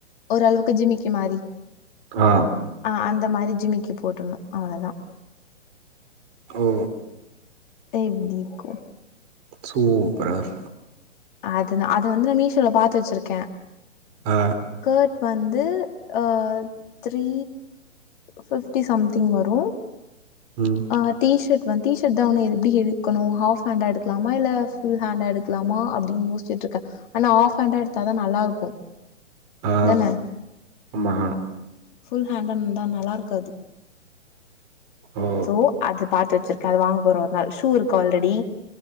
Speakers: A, on the left (about 40°); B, on the right (about 35°).
A: ஒரு அளவுக்கு ஜிமிக்கி மாரி
B: ஆ
A: ஆ அந்த மாதிரி ஜிமிக்கு போட்டுண்ணு அவ்ளதா
B: ஓ
A: எப்டி இருக்கு
B: சூப்பரா இருக்
A: அது நா அது வந்து மீஷோல பாத்து வச்சிருக்கே
B: ஆ
A: ஸ்கர்ட் வந்து ஆ த்ரீ பிப்டி சம்த் திங் வரும்
B: ம்
A: ஹர்ட் டீஷர்ட் வந்து டீ ஷர்ட் தான் ஒன்னு இருக் எப்டி எடுக்கணும் ஹாஃப் ஹண்ட் எடுக்கலாமா இல்ல ஃபுல் ஹேண்ட் எடுக்கலாமா அப்டின்னு யோசிசுட்டு இருக்கேன் ஆனா ஹாஃப் ஹாண்ட்டா எடுத்தாதா நல்லா இருக்கும்
B: ஆ
A: இதானே
B: ஆமா
A: ஃபுல் ஹாண்டாருந்தா நல்லாருக்காது
B: ஓ
A: சோ அது பாத்துவச்சிருக்கேன் அது வாங்க போறேன் ஒரு நாள் ஷூ இருக்கு ஆல்ரெடி